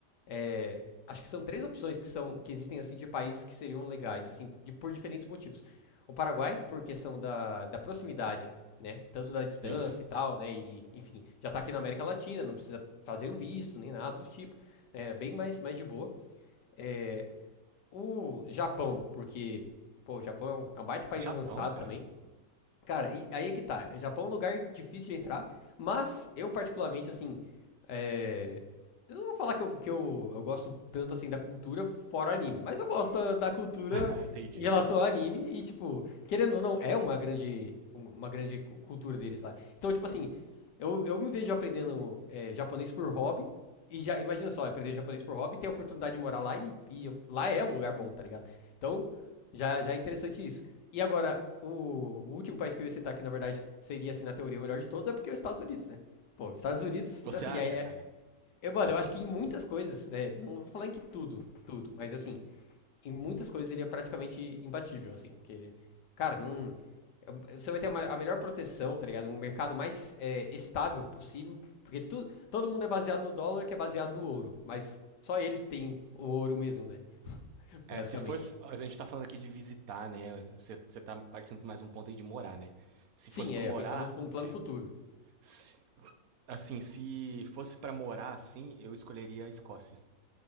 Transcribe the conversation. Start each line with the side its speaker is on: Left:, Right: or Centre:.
Left: É, acho que são três opções que são que existem assim de países que seriam legais assim de- por diferentes motivos o Paraguai por questão da, da proximidade né tanto da distância
Right: Isso.
Left: e tal né e enfim já tá aqui na América Latina não precisa fazer o visto nem nada do tipo né, é bem mais mais de boa É, o Japão porque pô o Japão é um, é um baita país
Right: Japão,
Left: avançado
Right: cara?
Left: também Cara, e- aí é que tá. Japão é um lugar difícil de entrar, mas eu particularmente, assim, é, eu não vou falar que, eu, que eu, eu gosto tanto, assim, da cultura fora anime, mas eu gosto da, da cultura
Right: <laughs>
Left: em relação
Right: Entendi.
Left: ao anime e, tipo, querendo ou não, é uma grande, uma grande cu- cultura deles lá. Então, tipo assim, eu, eu me vejo aprendendo é, japonês por hobby e já, imagina só, aprender japonês por hobby, ter a oportunidade de morar lá e, e eu- lá é um lugar bom, tá ligado? Então, já, já é interessante isso. E agora, o, o último país que eu ia citar, que na verdade seria, assim, na teoria o melhor de todos, é porque é os Estados Unidos, né? Pô, Estados Unidos,
Right: Você
Left: assim,
Right: acha,
Left: é, é-
Right: cara?
Left: eu, mano, eu acho que em muitas coisas, né, não vou falar em que tudo, tudo, mas assim, em muitas coisas ele é praticamente imbatível, assim, porque, cara, não, é- você vai ter a, ma- a melhor proteção, tá ligado? Um mercado mais é, estável possível, porque tu, todo mundo é baseado no dólar, que é baseado no ouro, mas só eles que têm o ouro mesmo, né,
Right: É,
Left: basicamente.
Right: se fosse. A gente tá falando aqui de visitar, né? Você, você tá partindo mais um ponto aí de morar, né? Se
Left: Sim,
Right: fosse pra
Left: é,
Right: morar,
Left: pensando num plano
Right: é.
Left: futuro.
Right: Se- Assim, se fosse pra morar assim, eu escolheria a Escócia.